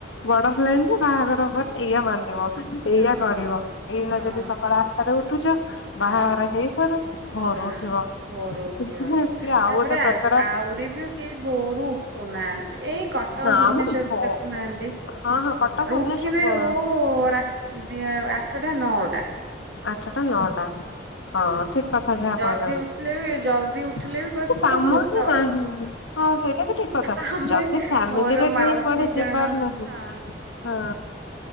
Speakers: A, on the left (about 85°); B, on the right (about 60°).
A: ବର୍ଡର ଲାଇନ ଯେ ବାହାଘର ପରେ ଏଇଆ ମାନିବ। ଏଇଆ
B: ହଁ
A: କରିବ ଏଇଦିନ
B: ହଁ
A: ଯଦି ସକାଳ ଆଠଟାରେ ଉଠୁଛ
B: ହଁ
A: ବାହାଘର ହେଇସାରୁ ଭୋରୁ
B: ହଁ।
A: ଉଠିବ।
B: ଭୋରୁ ଉଠିବ।
A: ସେ ଆଉ
B: ତାପରେ
A: ଗୋଟେ
B: ଆ
A: ପ୍ରକାର
B: ଆହୁରି ବି କେହି ଭୋରୁ ଉଠୁନାହାନ୍ତି ଏଇ କଟକ
A: ନା
B: ଭୁବନେଶ୍ଵର
A: ମ ଭ
B: ଦେଖୁନାହାନ୍ତି।
A: ହଁ ହଁ କଟକ ଭୁବନେଶ୍ଵର
B: ଉଠିବେ ଓ ରାତି ଦି ଆଠଟା ନଅଟା।
A: ଆଠଟା ନଅଟା। ହଁ ଠିକ କଥା ଯାହା
B: ଜଲଦି
A: କହିଲ।
B: ଉଠିଲେ ବି ଜଲଦି ଉଠିଲେ
A: କିଛି
B: ବି କହିବେ ତୁ କଣ
A: କାମ
B: ଭୂତ।
A: ହିଁ ନାହିଁ ହଁ ସେ ଏଟା ଠିକ କଥା
B: ଆମେ
A: ଯଦି ଫ୍ୟାମିଲିରେ
B: ମୋର ମାଉସୀ
A: କେହି କୁଆଡେ
B: ଜଣ
A: ଯିବାର ନାହିଁ
B: ହଁ
A: ହଁ